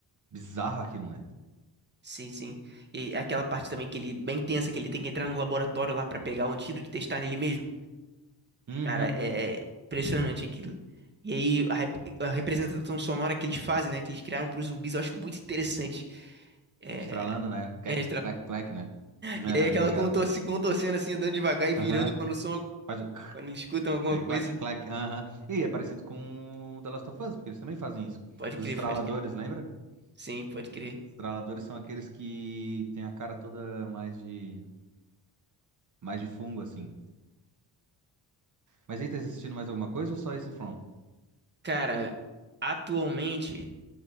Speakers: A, on the right; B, on the right.
A: bizarro aquilo, né?
B: Sim, sim. E aquela parte também que ele, bem tensa, que ele tem que entrar no laboratório lá pra pegar o antídoto e testar nele mesmo.
A: Uhum.
B: Cara, é é impressionante aquilo. E aí, a, rep- a representação sonora que eles fazem, né, que eles criaram pros zumbis, eu acho muito interessante. É,
A: Estralando, né? Clack,
B: é
A: clack, clack, né? Aham,
B: E aí aquela
A: tô ligado.
B: contorce, contorcendo assim, andando devagar e virando
A: Aham.
B: quando o som,
A: Faz o
B: quando eles escutam alguma
A: clac,
B: coisa.
A: clac, clac, aham. E é parecido com o The Last of Us, porque eles também fazem isso.
B: Pode
A: Os
B: crer,
A: estraladores,
B: pode crer.
A: lembra?
B: Sim, pode
A: Os
B: crer.
A: os estraladores são aqueles que têm a cara toda mais de mais de fungo, assim. Mas aí, tá assistindo mais alguma coisa ou só esse From?
B: Cara, atualmente